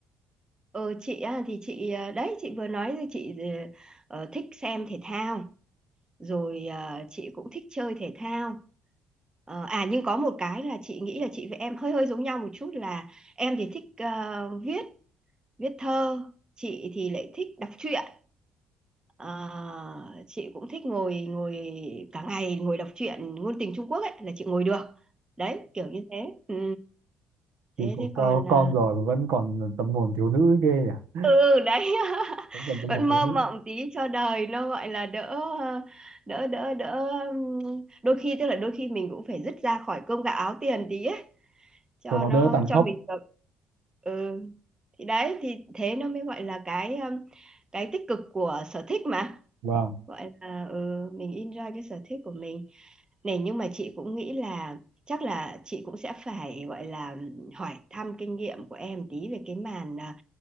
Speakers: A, on the right; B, on the right.
A: Ờ, chị á, thì chị ờ, đấy chị vừa nói rồi chị ờ, ờ, thích xem thể thao rồi à, chị cũng thích chơi thể thao Ờ, à nhưng có một cái là chị nghĩ là chị với em hơi hơi giống nhau một chút là em thì thích ờ, viết viết thơ chị thì lại thích đọc truyện Ờ, chị cũng thích ngồi ngồi cả ngày ngồi đọc truyện ngôn tình Trung Quốc ấy là chị ngồi được đấy kiểu như thế ừ. thế
B: thì có
A: thế
B: co-
A: còn ờ,
B: con rồi mà vẫn còn tâm hồn thiếu nữ ghê nhỉ
A: ừ đấy <laughs>
B: vẫn còn tâm
A: vẫn
B: hồn thiếu
A: mơ
B: nữ
A: mộng tí cho đời nó gọi là đỡ ờ, đỡ đỡ đỡ ừm, đôi khi tức là đôi khi mình cũng phải dứt ra khỏi cơm gạo áo tiền tí ấy cho
B: cho nó
A: nó
B: đỡ tàn
A: cho
B: khốc
A: mình được ừ thì đấy thì thế nó mới gọi là cái ừm, cái tích cực của sở thích mà
B: vâng
A: gọi là ừ, mình enjoy cái sở thích của mình này nhưng mà chị cũng nghĩ là chắc là chị cũng sẽ phải gọi là hỏi thăm kinh nghiệm của em tí về cái màn à,